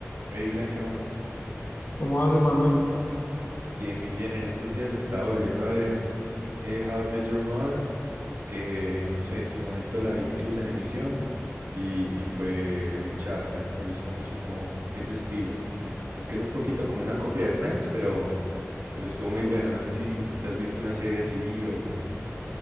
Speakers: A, on the right (about 70°); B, on the left (about 50°).
A: Hey Julián, ¿qué más?
B: ¿Cómo hace Manuel?
A: Bien, bien, bien. En estos días me estaba volviendo a ver eh, How I Met Your Mother, que no sé, en su momento la vi incluso en emisión y, y fue muy charra. Me, me gustó mucho como ese estilo. Aunque es un poquito como una copia de Friends, pero, pero estuvo muy buena. No sé si, si te has visto una serie así o...